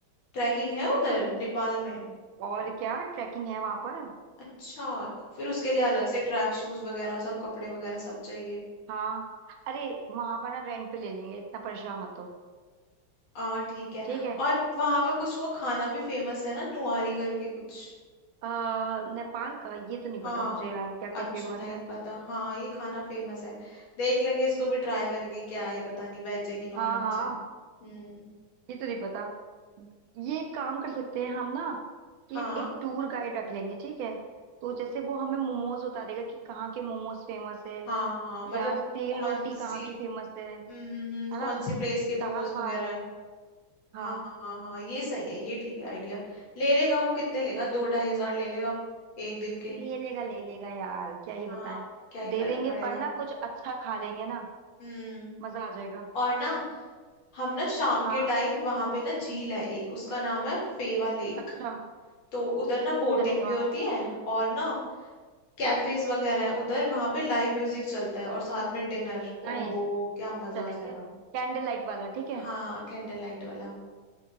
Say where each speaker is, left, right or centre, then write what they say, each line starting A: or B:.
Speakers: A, on the left (about 75°); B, on the right (about 75°).
A: ट्रैकिंग है उधर नेपाल में
B: और क्या ट्रैकिंग है वहां पर
A: अच्छा फिर उसके लिए अलग से ट्रैक शूज वगैरह सब कपड़े वगैरह सब चाहिए
B: हाँ अरे वहां पर ना रेंट पे ले लेंगे इतना परेशान मत हो
A: आ ठीक है
B: ठीक है
A: और वहाँ का कुछ वो खाना भी फेमस है ना नुआरी करके कुछ
B: आ, नेपाल का ये तो नहीं
A: हाँ
B: पता मुझे यार क्या क्या
A: अच्छा
B: फेमस
A: नहीं
B: है
A: पता हाँ ये खाना फेमस है देख लेंगे इसको भी ट्राई करेंगे क्या है पता नहीं वेज है कि नॉन
B: हाँ
A: वेज
B: हाँ
A: है हम्म
B: ये तो नहीं पता ये एक काम कर सकते हैं हम ना कि
A: हाँ
B: एक, एक टूर गाइड रख लेंगे ठीक है तो जैसे वो हमें मोमोज बता देगा कि कहाँ के मोमोज फेमस है
A: हाँ हाँ मतलब
B: या सेल
A: कौन
B: रोटी
A: सी
B: कहाँ की फेमस है
A: हम्म हम्म
B: है
A: हम्म, कौन
B: ना
A: सी प्लेस के मोमोज
B: दाल
A: वगैरह
B: भात
A: है?
B: हाँ
A: हाँ हाँ हाँ ये सही है ये ठीक है आइडिया ले लेगा वो कितने लेगा दो ढाई हजार ले लेगा एक दिन के
B: ले लेगा ले लेगा यार क्या ही बताएं
A: हाँ क्या ही
B: दे
A: फर्क
B: देंगे
A: पड़ेगा
B: पर ना कुछ अच्छा खा लेंगे ना
A: हम्म
B: मजा आ जाएगा
A: और ना हम ना शाम
B: हाँ
A: के टाइम वहां पे ना झील है एक उसका नाम है फेवा लेक
B: अच्छा
A: तो उधर ना बोटिंग
B: चलेंगे
A: भी
B: वहाँ
A: होती है और ना कैफेज वगैरह है उधर वहां पे लाइव म्यूजिक चलता है और साथ में डिनर
B: नाइस
A: ओहो क्या मजा
B: चलेंगे
A: आ जाएगा
B: कैंडल लाइट वाला ठीक है
A: हाँ कैंडल लाइट वाला